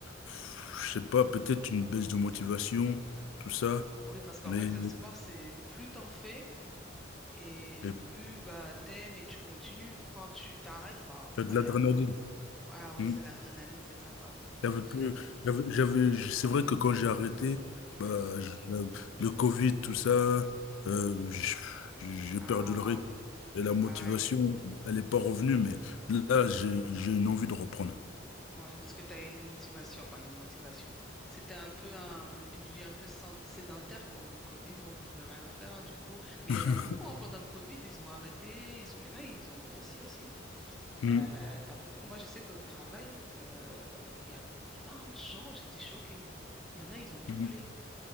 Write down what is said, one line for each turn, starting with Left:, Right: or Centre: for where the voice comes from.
Left: pff, je sais pas, peut-être une baisse de motivation, tout ça,
Centre: Oui, parce qu'en
Left: mais
Centre: fait, le sport, c'est plus t'en fais et
Left: euh,
Centre: plus bah, t'aimes et tu continues. Quand tu t'arrêtes, bah après,
Left: t'as de l'adrénaline.
Centre: euh, ah ouais,
Left: Hmm.
Centre: c'est l'adrénaline, c'est ça. Bah, ouais,
Left: J'avais plus,
Centre: j'ai...
Left: j'avais, j'avais- c'est vrai que quand j'ai arrêté,
Centre: ouais.
Left: bah, je- le Covid, tout ça, euh, j- j'ai
Centre: Ah,
Left: perdu le rythme. Et la motivation,
Centre: ah ouais.
Left: elle n'est pas revenue, mais là, j'ai, j'ai une envie de reprendre.
Centre: Ouais, parce que tu as une motivation, enfin une motivation. C'était un peu un- une vie un peu sen- sédentaire, quoi, le Covid, où on pouvait rien faire, du coup. Mais
Left: <laughs>
Centre: il y en a beaucoup, hein, pendant le Covid, ils ont arrêté, ils ont- il y en a, ils ont grossi aussi.
Left: Mm,
Centre: Euh, t'as beaucoup. Moi, je sais que le travail, euh, il y a plein de gens, j'étais choquée. Il y en a, ils ont doublé.
Left: mm,